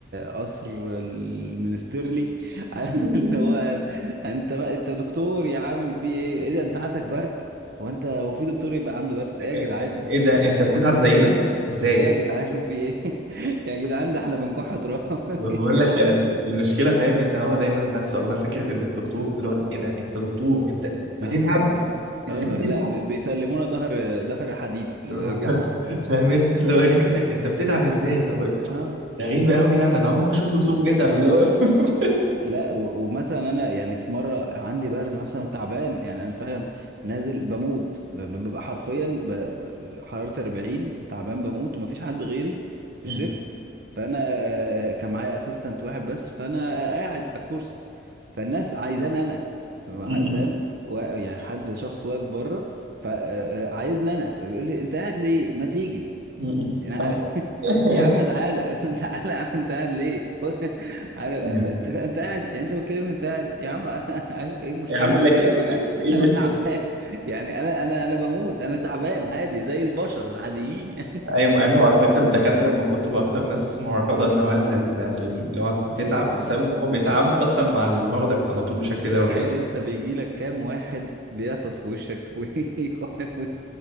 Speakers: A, on the right; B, on the right.
A: قصر المنسترلي <laughs>
B: <laughs>
A: اللي هو انت بقى انت دكتور يا عم في ايه ايه ده انت عندك برد هو انت هو في دكتور يبقى عنده برد
B: إيه،
A: ايه يا
B: إيه،
A: جدعان
B: إيه، إيه ده انت بتتعب
A: <laughs>
B: زينا ازاي
A: ايه يا جدعان في ايه <laughs> يا جدعان ده احنا بنكح تراب
B: بقول
A: <laughs> يا جدعان
B: لك يعني المشكله فاهم ان هو دايما الناس واخده فكره ان الدكتور اللي هو ايه ده انت دكتور انت بتتعب
A: اه اه
B: ازاي
A: اه
B: تتعب
A: لا ب- بيسلمونا ظهر ظهر حديد في الجامعة
B: <laughs> فاهم انت اللي هو ايه يقول لك انت بتتعب ازاي طب
A: اه
B: غريبه قوي يعني انا اول مره اشوف دكتور بيتعب اللي هو <laughs>
A: لا و- ومثلا انا يعني في مره عندي برد مثلا تعبان يعني انا فعلا نازل بموت ب- ب- ببقى حرفيا ب- حرارتي 40 وتعبان بموت ومفيش حد غيري في
B: م-
A: الشيفت فانا آه، كان معايا اسيستنت واحد بس فانا آه، قاعد على الكرسي فالناس عايزاني انا ع-
B: م-
A: فاهم وا- يعني حد شخص واقف بره فعايزني انا فبيقول لي انت قاعد ليه ما تيجي
B: م-
A: يعني عارف
B: آه.
A: <laughs>
B: <laughs>
A: يا عم تعالى <laughs> تعالى يا عم انت قاعد ليه خد <laughs> عارف
B: أيوة.
A: انت انت انت قاعد يعني انت بتكلمني انت قاعد يا عم <laughs> ايوه ايه المشكله
B: يعمل لك
A: من كلامك
B: ايه
A: انا
B: إيه- إيه المشكله
A: انا تعبان <laughs> يعني انا انا انا بموت انا تعبان عادي زي البشر العاديين يعني
B: ايوه مع انه على فكره الدكاتره المفروض تبقى اكتر ناس معرضه ان هو لل- لل- اللي هو تتعب
A: <laughs> بالظبط
B: بسبب ان هو بيتعاملوا
A: بالظبط
B: اصلا مع المرضى على طول بشكل
A: تخيل
B: دوري <laughs>
A: انت بيجي لك كام واحد بيعطس في وشك <laughs> ويكحف و-